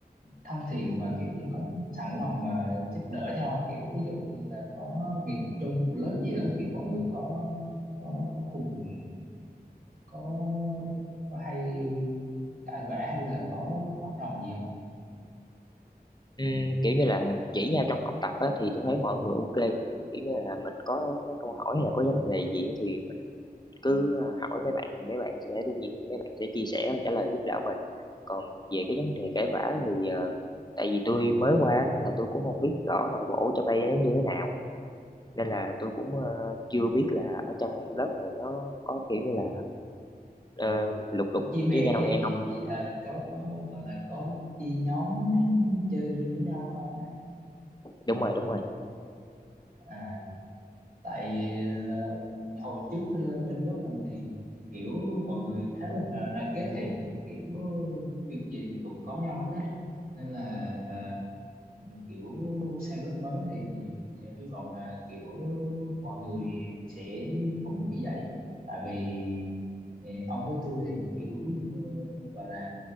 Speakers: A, on the right; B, on the left.
A: thân thiện và kiểu như có sẵn lòng mà giúp đỡ nhau kiểu ví dụ như là có việc chung của lớp gì đó kiểu mọi người có có có cùng có có hay cãi vã hay là có bất đồng gì không
B: Ừm, kiểu như là chỉ nhau trong học tập á, thì tôi thấy mọi người ok kiểu như là mình có cái câu hỏi hay là có vấn đề gì á, thì mình cứ ờ, hỏi mấy bạn thì mấy bạn sẽ đương nhiên mấy bạn sẽ chia sẻ và trả lời giúp đỡ mình còn về cái vấn đề cãi vã thì ờ, tại vì tôi mới qua nên là tôi cũng không biết rõ nội bộ trong đây nó như thế nào nên là tôi cũng ờ, chưa biết là ở trong lớp này nó có kiểu như là ờ, lục đục
A: chia bè
B: với nhau hay không
A: gì, à, có có gọi là có chia nhóm chơi riêng với nhau không á
B: đúng rồi đúng rồi
A: à tại ờ, hồi trước ờ, bên lớp mình thì kiểu mọi người khá là đoàn kết thì kiểu việc gì thì cũng có nhau hết á nên là ờ, kiểu sang lớp mới thì ờ, hy vọng là kiểu mọi người sẽ cũng như vậy tại vì ờ, ông với tôi thì kiểu ờ, gọi là